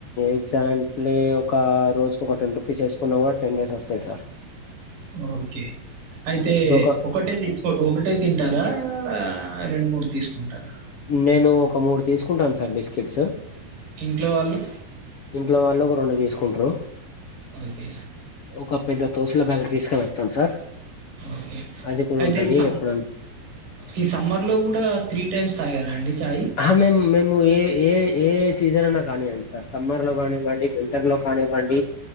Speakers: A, on the left (about 80°); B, on the right (about 65°).
A: ఎగ్జాక్ట్లీ ఒక రోజుకు ఒక టెన్ రూపీస్ వేసుకున్నా కూడా టెన్ డేస్ వస్తాయి సార్
B: ఓకే అయితే
A: ఇప్పుడు ఒక
B: ఒకటే ఒకటే తింటరా ఆ రెండు మూడు తీసుకుంటార
A: నేను ఒక మూడు తీసుకుంటాను సార్ బిస్కెట్స్
B: ఇంట్లో వాళ్ళు
A: ఇంట్లో వాళ్ళు ఒక రెండు చేసుకుంటారు
B: ఓకే
A: ఒక పెద్ద తోసుల ప్యాకెట్ తీసుకని వస్తాం సార్
B: ఓకే
A: అది కూడా
B: అయితే
A: ఉంటది
B: ఈ సమ్
A: ఎప్పుడు
B: ఈ సమ్మర్ లో కూడా త్రీ టైమ్స్ తాగారా అండి చ
A: ఆ మేము మేము ఏ ఏ ఏ సీజన్ అన్న కానీయండి సార్ సమ్మర్ లో కానివ్వండి వింటర్ లో కానివ్వండి